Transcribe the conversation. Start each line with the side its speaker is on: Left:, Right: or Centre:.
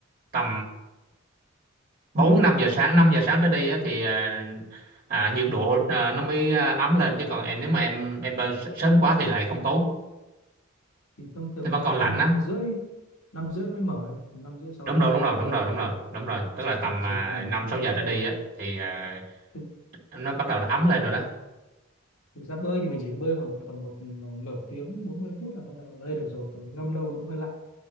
Right: tầm 4 5 giờ sáng 5 giờ sáng tới đi á thì à, à, nhiệt độ à, nó mới à, ấm lên chứ còn em nếu mà em em bơi s- sớm quá thì lại không tốt.
Left: thì thông thường
Right: Nó
Left: khoảng
Right: vẫn
Left: năm
Right: còn lạnh
Left: năm
Right: á.
Left: năm rưỡi năm rưỡi nó mới mở năm rưỡi sáu
Right: Đúng rồi,
Left: kém
Right: đúng
Left: nó mới
Right: rồi,
Left: bơi
Right: đúng rồi, đúng rồi, đúng rồi.
Left: Mình
Right: Tức là
Left: thì
Right: tầm
Left: chỉ
Right: à,
Left: còn
Right: 5
Left: độ,
Right: 6 giờ tới đi á thì à,
Left: thực,
Right: nó bắt đầu nó ấm lên rồi đó.
Left: thực ra bơi thì mình chỉ bơi khoảng độ tầm một nửa tiếng 40 phút là bắt đầu lên được rồi Tại ngâm lâu nó cũng hơi lạnh